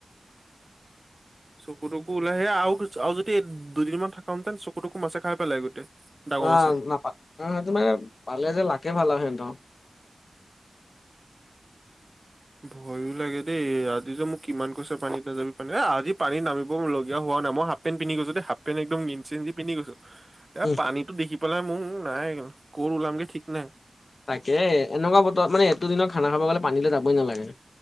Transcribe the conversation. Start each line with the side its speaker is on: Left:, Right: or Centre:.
Right: চকু টকু ওলাই আহে আৰু আৰু যদি দুদিনমান থাকা হেঁতেন চকু টকু মাছে খাই পেলাই গোটেই। ডাঙৰ
Left: অ'
Right: মাছে
Left: নাপাল অ' সেইটো মানে পালে যে লাকে ভাল আও সিহঁতৰ।
Right: ভয়ো লাগে দেই আজি যে মোক কিমান কৈছে পানীত নাযাবি পানে এ আজি পানী নামিব লগীয়া হোৱা নাই মই সাপ হফ পেন পিন্ধি গৈছো দে হাফ পেণ্ট একদম নিনচি দি পিন্ধি গৈছো এ
Left: উম,
Right: পানীতো দেখি পেলাই ম নাই ক'ল ওলামগে ঠিক নাই।
Left: তাকে এনেকুৱা বতৰত মানে এইটো দিনত খানা খাব গ'লে পানীলে যাবই নালাগে।